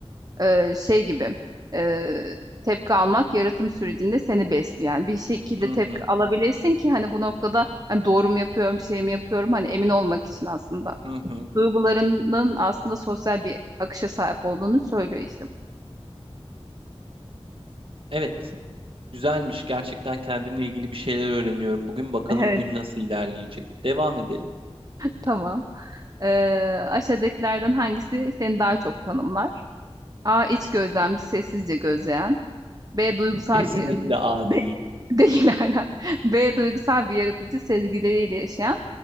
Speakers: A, on the right; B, on the right.
A: e, şey gibi e, tepki almak yaratım sürecinde seni besliyor. Yani bir şekilde
B: Hı
A: tepki
B: hı,
A: alabilesin ki hani bu noktada hani doğru mu yapıyorum, şey mi yapıyorum hani emin olmak için aslında.
B: hı hı.
A: Duygularının aslında sosyal bir akışa sahip olduğunu söylüyor işte. bu.
B: Evet. Güzelmiş. Gerçekten kendimle ilgili bir şeyler öğreniyorum. Bugün bakalım
A: Evet.
B: gün nasıl ilerleyecek. Devam edelim.
A: Tamam. E, aşağıdakilerden hangisi seni daha çok tanımlar? A. İç gözlemci, sessizce gözleyen. B.
B: <laughs>
A: Duygusal
B: Kesinlikle
A: bir yaratıcı.
B: A
A: <laughs> B-
B: değil.
A: Değil aynen. B. Duygusal bir yaratıcı, sezgileriyle yaşayan.